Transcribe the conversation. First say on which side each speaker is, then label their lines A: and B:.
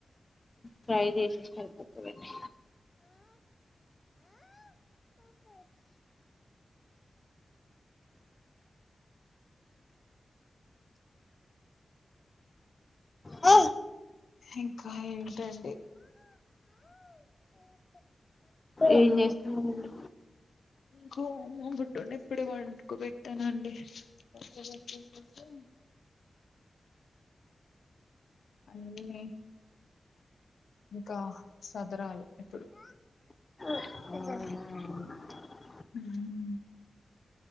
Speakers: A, on the left; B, on the left.
A: ఫ్రై చేసే అయిపోతదండి. హ
B: ఇంకా ఏంటండి
A: ఏం చేస్తున్నారు అండి
B: <unintelligible> బుడ్డోనీ ఇప్పుడే పండుకో పెట్టానండి <unintelligible> అన్ని లైఫ్ ఇంకా సదరాలి ఇప్పుడు
A: రజ
B: హ్మ్